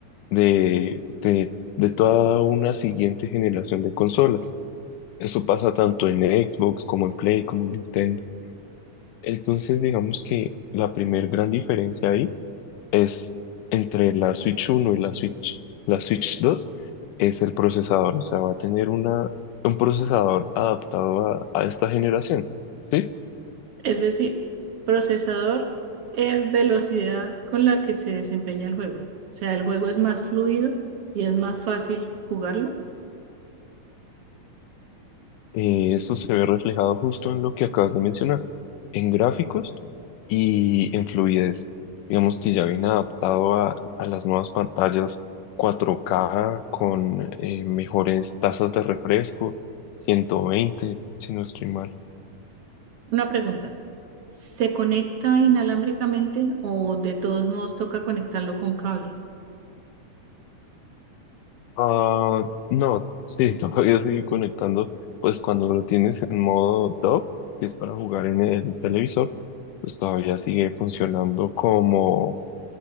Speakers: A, on the left; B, on the right.
A: de, de, de toda una siguiente generación de consolas. Eso pasa tanto en Xbox como en Play, como en Nintendo. Entonces, digamos que la primer gran diferencia ahí es entre la Switch uno y la Switch, la Switch dos es el procesador. O sea, va a tener una, un procesador adaptado a, a esta generación, ¿sí?
B: Es decir, procesador es velocidad con la que se desempeña el juego. O sea, el juego es más fluido y es más fácil jugarlo.
A: Eh, esto se ve reflejado justo en lo que acabas de mencionar, en gráficos y en fluidez. Digamos que ya viene adaptado a, a las nuevas pantallas 4K con eh, mejores tasas de refresco, 120, si no estoy mal.
B: Una pregunta, ¿se conecta inalámbricamente o de todos modos toca conectarlo con cable?
A: Ah, no, sí, <laughs> todavía sigue conectando, pues cuando lo tienes en modo dock, que es para jugar en el televisor, pues todavía sigue funcionando como,